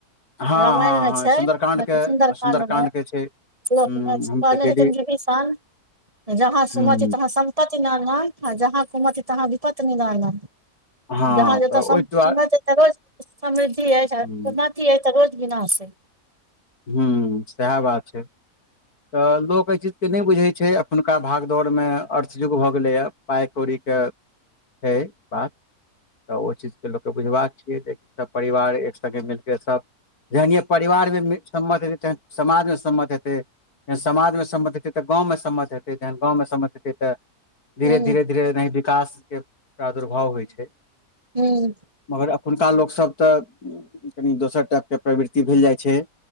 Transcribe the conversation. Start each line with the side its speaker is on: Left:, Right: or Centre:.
Left: हँ
Right: रामायणमे
Left: हँ
Right: छैय,
Left: हँ सुन्दरकाण्ड
Right: हते
Left: के
Right: सुन्दरकाण्डमे
Left: सुन्दरकाण्ड के छै
Right: कहने
Left: हूँ हम तऽ डेली
Right: छथिन विभीषण जहाँ सुमति
Left: हूँ
Right: तहाँ सम पति नाना जहाँ कुमति तहाँ विपत्ति नाना।
Left: हँ
Right: जहाँ जतय
Left: तऽ
Right: सम
Left: ओहि दुआरे
Right: सुमति त रोज समृद्धि अइछ आ
Left: हूँ
Right: कुमति अइछ त रोज विनाश अइ।
Left: हू सेह बात छैय। त लोक एहि चीजके नय बुझैय छैय एखुनका भागदौड़मे अर्थयुग भऽ गेलैए। पाइ कौड़ी के छैैय बात त ओ चीजके लोक के बुझबाक छियै जे सब परिवार एक संगे मिलके सब जहनिये परिवार मे सम्मत हेतै तहैन समाजमे सम्मत हेतै। तखन समाजमे सम्मत हेतै, त गाँवंमे सम्मत हेतै, जहनि गाँवंमे सम्मत हेतै त धीरे
Right: हुँ
Left: धीरे धीरे धीरे एनाही विकासके प्रादुर्भाव होइ छैय।
Right: हुँ
Left: मगर अखुनका लोकसभ त कनि दोसर टाइपके प्रवृति भेल जाइ छैय।